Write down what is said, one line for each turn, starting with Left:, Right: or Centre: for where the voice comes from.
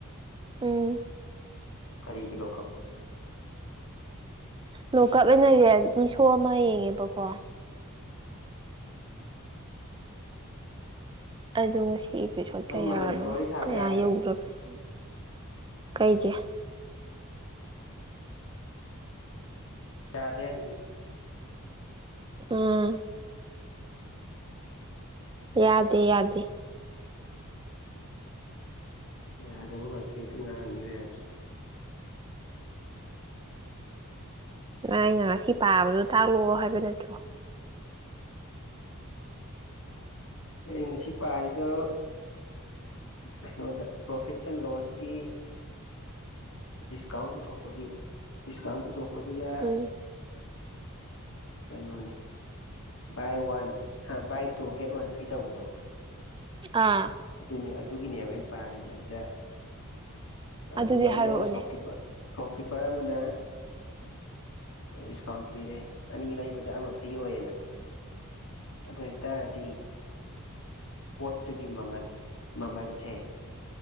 Right: ꯎꯝ
Left: ꯀꯔꯤꯒꯤ ꯂꯣꯛ-ꯀꯞ
Right: ꯂꯣꯛ-ꯀꯞ ꯍꯥꯏꯅ ꯔꯤꯌꯦꯂꯤꯇꯤ ꯁꯣ ꯑꯃ ꯌꯦꯡꯉꯦꯕꯀꯣ ꯑꯗꯣ ꯉꯁꯤ ꯏꯄꯤꯁꯣꯠ
Left: ꯑꯗꯨ
Right: ꯀꯌꯥꯅꯣ
Left: ꯃꯔꯝꯗ ꯋꯥꯔꯤ ꯁꯥꯕ
Right: ꯀꯌꯥ
Left: ꯌꯥꯗꯦ
Right: ꯌꯧꯈ꯭ꯔꯕꯅꯣ ꯈꯪꯗꯦ ꯀꯩꯒꯤ
Left: ꯌꯥꯗꯦ ꯍꯥꯏꯗꯨꯗꯤ
Right: ꯎꯝ ꯌꯥꯗꯦ ꯌꯥꯗꯦ
Left: ꯌꯥꯗꯕꯒꯥ <unintelligible> ꯉꯥꯡꯉꯤ ꯃꯌꯥꯝꯁꯦ
Right: ꯑꯩꯅ ꯉꯁꯤ ꯄꯥꯕꯗꯣ ꯇꯥꯛꯂꯛꯑꯣ ꯍꯥꯏꯕ ꯅꯠꯇ꯭ꯔꯣ
Left: ꯑꯩꯅ ꯉꯁꯤ ꯄꯥꯔꯤꯗ ꯀꯩꯅꯣꯗ ꯄ꯭ꯔꯣꯐꯤꯠ ꯑꯦꯟ ꯂꯣꯁꯀꯤ ꯗꯤꯁꯀꯥꯎꯟ ꯄꯨꯊꯣꯛꯄꯒꯤ ꯗꯤꯁꯀꯥꯎꯟ ꯄꯨꯊꯣꯛꯄꯗꯨꯗ
Right: ꯎꯝ
Left: ꯀꯩꯅꯣꯅꯤ buy one buy two get one free ꯇꯧꯕꯗꯣ
Right: ꯑꯥ
Left: ꯑꯗꯨꯅꯦ ꯑꯗꯨꯒꯤꯅꯦꯕ ꯑꯩꯅ ꯄꯥꯔꯤꯁꯦ ꯑꯗꯨꯗ
Right: ꯑꯗꯨꯗꯤ
Left: ꯑꯗꯨꯃꯥꯏꯅ
Right: ꯍꯥꯏꯔꯛꯑꯣꯅꯦ
Left: ꯁꯣꯞꯀꯤꯤꯞꯄꯔ ꯁꯣꯞꯀꯤꯞꯄꯔ ꯑꯃꯅꯦ ꯗꯤꯁꯀꯥꯎꯟ ꯄꯤꯔꯦ ꯑꯅꯤ ꯂꯩꯕꯗ ꯑꯃ ꯐ꯭ꯔꯤ ꯑꯣꯏꯌꯦꯅ ꯑꯗꯣꯏꯇꯥꯔꯗꯤ ꯄꯣꯠꯇꯨꯒꯤ ꯃꯃꯜ ꯃꯃꯜꯁꯦ